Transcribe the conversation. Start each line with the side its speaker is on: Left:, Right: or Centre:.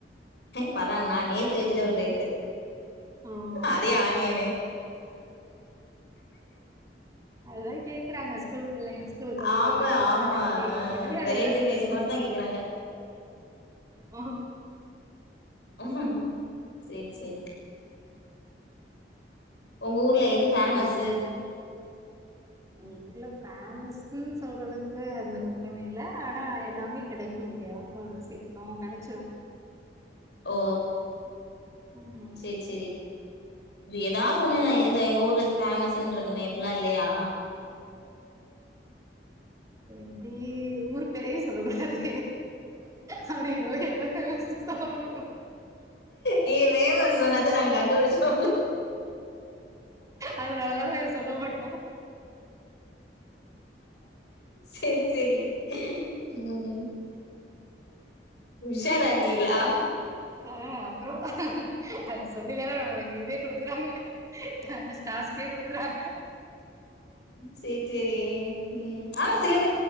Left: பாரா நான் நேத்து
Right: ஆனியனு
Left: வெஜிடபிள் ரைஸ்சு
Right: ஆமா
Left: அதே ஆனியன்னு
Right: அதுதான் கேக்குறாங்க ஸ்கூல் பிள்ளைங்க ஸ்கூல் கொண்டு
Left: ஆமா,
Right: போறதுக்காக அதான்
Left: ஆமா. அ
Right: மாத்தி மாத்தி அதே
Left: வெரைட்டி
Right: தான் செய்யணு
Left: ரைஸ் மாரி தான் கேக்குறாங்க.
Right: ஆஹ்
Left: ஆஹ சரி சரி உங்க ஊர்ல எது
Right: அப்றோ
Left: ஃபேமஸ்உ
Right: என்ன எங்க ஊர்ல ஃபேமஸ்ன்னு சொல்றளவுக்கு அந்தளவுக்கு ஒண்ணும் இல்ல ஆனா எல்லாமே கிடைக்கும் இங்க அவ்வளவு சீக்கிரோம் கிடைச்சிரும்
Left: ஓ
Right: ம்
Left: சரி சரி ஏதாவது ஒண்ணு நான் இந்த எங்க ஊர்லது பேஃமஸ்னு இருக்குமே அப்படில்லா இல்லையா
Right: எப்படி ஊர் பேரயே சொல்ல கூடாது அப்படி இது எதுமே சொல்ல <unintelligible> புடிக்கும்
Left: நீ வே வந்து சொன்னத்த நாங்க கண்டுபிடிச்சோ
Right: அதனாலதான் நாங்க சொல்ல மாட்டோம்
Left: சரி சரி உம் உஷாரா இருக்கீங்களா?
Right: ஆஹ் அப்புறம் அது சொல்லி தான நம்மள உயிரே குடுக்குறாங்க ஸ்டார்ஷ் கே கொடுக்குறாங்க
Left: செரி செரி ம் ஆனா சிலர்